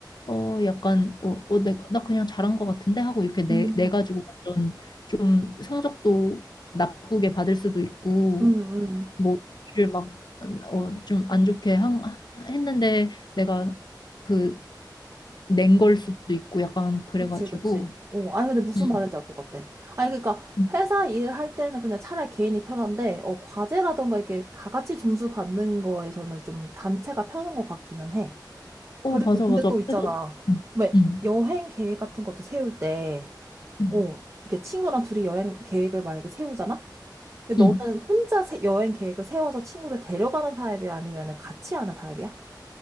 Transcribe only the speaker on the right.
음,
음, 음.
그치, 그치. 어, 아니, 근데 무슨
말인지 알 것 같아. 아니, 그러니까
회사 일 할 때는 그냥 차라리 개인이 편한데, 어, 과제라던가 이게 다 같이 점수 받는 거에서는 좀 단체가 편한 것 같기는 해.
그리고
근데
또 있잖아.
왜
여행 계획 같은 것도 세울 때,
어, 이렇게 친구랑 둘이 여행 계획을 만약에 세우잖아? 근데
너는 혼자 세- 여행 계획을 세워서 친구를 데려가는 타입이야? 아니면 같이 하는 타입이야?